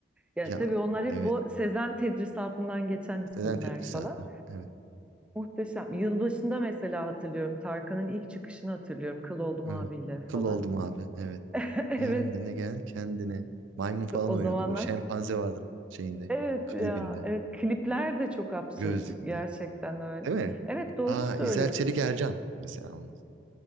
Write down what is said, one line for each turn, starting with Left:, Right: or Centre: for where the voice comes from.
Centre: Yani
Right: Ya
Centre: tabii onlar hep
Right: evet.
Centre: bu Sezen tedrisatından geçen isimler
Right: Selen Tetris
Centre: falan.
Right: hatta. Evet.
Centre: Muhteşem. Yılbaşında mesela hatırlıyorum. Tarkan'ın ilk çıkışını hatırlıyorum. Kıl oldum
Right: Evet.
Centre: abiyle
Right: Kıl
Centre: falan.
Right: oldum abi. Evet.
Centre: <laughs> Evet
Right: Kendine gel kendine. Maymun falan
Centre: o
Right: oynuyordu
Centre: zamanlar.
Right: böyle. Şempanze vardır şeyinde.
Centre: Evet
Right: Klibinde.
Centre: ya. Evet klipler de çok absürt.
Right: Gözlükte.
Centre: Gerçekten öyle.
Right: Değil mi?
Centre: Evet doğru
Right: Aa
Centre: söylüyorsun.
Right: İzel Çelik Ercan. Mesela onun.